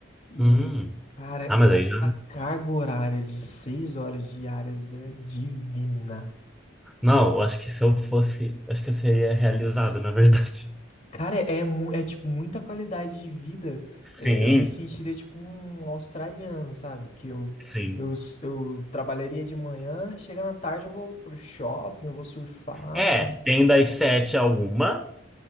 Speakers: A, on the left; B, in the centre.
A: E,
B: Hum.
A: cara,
B: Ah,
A: essa
B: mas aí já.
A: carga horária de seis horas diárias é divina.
B: Não, eu acho que se eu fosse, acho que eu seria realizado, na verdade.
A: Cara, é, mu- é tipo muita qualidade de vida.
B: Sim,
A: É, Eu me sentiria tipo um australiano, sabe? Que eu,
B: sim.
A: eu, s- eu trabalharia de manhã, chega na tarde eu vou pro shopping, eu vou surfar.
B: É, tem das sete à uma